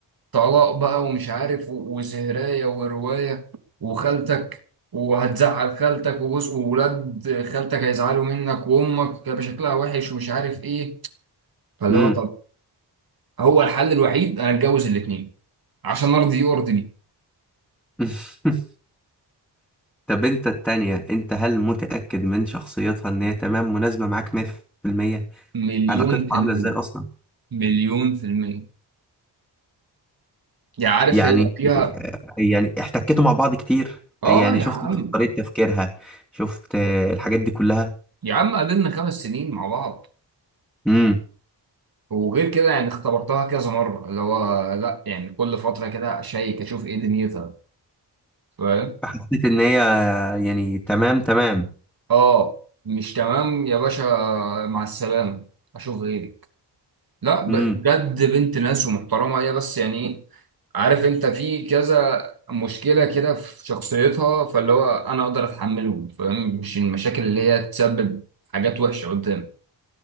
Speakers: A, on the right; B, in the centre.
A: طلاق بقى ومش عارف و- وسهرايه وروايه وخالتك وهتزعل خالتك وجوز وولاد خالتك هيزعلوا منك وامك هيبقى شكلها وحش ومش عارف ايه فاللي
B: امم
A: هو طب هو الحل الوحيد انا اتجوز الاثنين عشان ارضي يرضي
B: <laughs> طب انت التانية انت هل متأكد من شخصيتها ان هي تمام مناسبة معاك 100%
A: مليون
B: علاقتكم
A: في
B: عاملة
A: المية
B: ازاي اصلا
A: مليون في المية يا عارف
B: يعني
A: هي فيها
B: يعني احتكيتوا مع بعض كتير
A: اه
B: يعني
A: يا
B: شفت
A: عم
B: طريقة تفكيرها شفت آه، الحاجات دي كلها
A: يا عم قابلنا خمس سنين مع بعض
B: امم
A: وغير كده يعني اختبرتها كذا مرة اللي هو لا يعني كل فترة كده اشيك اشوف ايه دنيتها فاهم
B: حسيت ان هي يعني تمام تمام
A: اه مش تمام يا باشا مع السلامة اشوف غيري لا ب-
B: امم
A: بجد بنت ناس ومحترمة هي بس يعني ايه عارف انت في كذا مشكلة كده في شخصيتها فاللي هو انا اقدر اتحملهم فاهم مش المشاكل اللي هي تسبب حاجات وحشة قدام